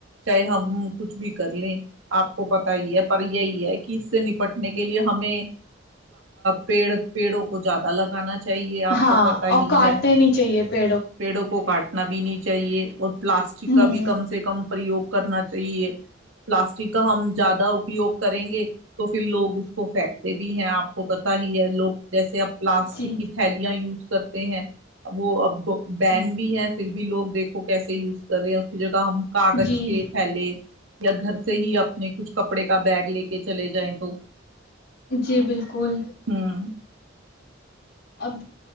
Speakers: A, on the right; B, on the left.
A: چاہے ہم کچھ بھی کر لیں آپ کو پتا ہی ہے پر یہی ہے کہ اس سے نپٹنے کے لیے ہمیں پیڑ پیڑوں کو زیادہ لگانا چاہیے آپ
B: ہاں
A: کو پتا
B: اور
A: ہی
B: کاٹنے
A: ہے
B: نہیں چاہیے پ
A: پیڑوں کو کاٹ نا بھیین چاہیے اور پلاسٹک
B: ہوں
A: کا بھی کم سے کم پریوگ کرنا چاہیے پلاسٹک کا ہم زیادہ اپیوگ کریں گے تو پھر لوگ اس کو پھینکتے بھی ہیں آپ کو پتا ہی ہے لوگ جیسے اب پلاسٹک
B: جی
A: کی تھیلیاں یوز کرتے ہیں ا وہ اب بین
B: جی
A: بھی ہے پرف بھی لو دیکھو کیسے یوز کرے ہیں اس کی جگ ہم کاغذ
B: جی
A: کے تھیلے یا گھر سے ہی اپنے کچھ کپڑے کا بیگ لے کے چلے جائیں تو
B: جی بالکل
A: ہ
B: اب